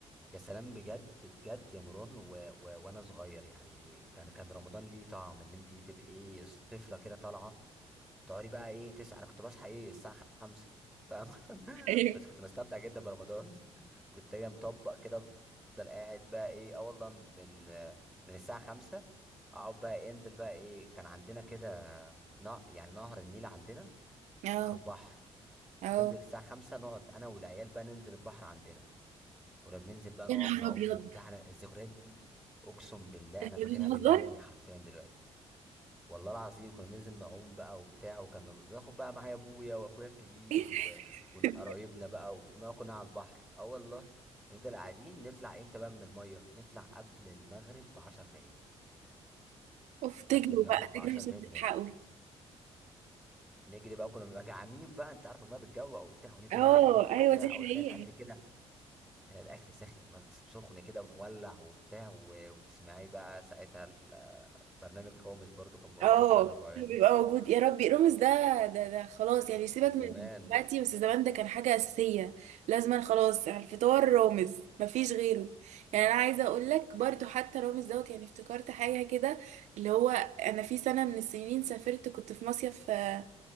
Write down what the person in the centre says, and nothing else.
يا سلام بجد بجد يا نوران و... و... وانا صغير يعني كان كان رمضان ليه طعم ان انت تبقي ايه طفله كده طالعه تقعدي بقى ايه تسعة انا كنت بصحى ايه الساعة خمسة فاهم <laughs>
بس كنت بستمتع جدا برمضان <laughs> كنت اجي مطبق كده افضل قاعد بقى ايه اه والله من من الساعة خمسة اقعد بقى انزل بقى ايه كان عندنا كده نع... يعني نهر النيل عندنا
على البحر
تنزل الساعة خمسة نقعد انا والعيال بقى ننزل البحر عندنا كنا بننزل بقى نقعد
نعوم
وبتاع
أنا الذكريات دي اقسم بالله
انا فاكرها
بالملي حرفيا دلوقتي والله العظيم كنا بننزل نعوم بقى وبتاع وكنا باخد بقى معايا ابويا واخويا الكبير
و- وقرايبنا
بقى ونقعد كنا على البحر اه والله نفضل قاعدين نطلع امتى بقى من الميه نطلع قبل المغرب ب 10 دقايق
قبل المغرب
ب
10
دقايق
بنطلع نجري بقى كنا بنبقى جعانين بقى انت عارف الميه بتجوع وبتاع ونجري
بقى على البيت وبتاع
وتلاقي الاكل كده تلاقي الاكل سخ... م- سخن كده مولع وبتاع و... وتسمعي بقى ساعتها ال- برنامج رامز برضو كان موجود
واحنا صغيرين
من زمان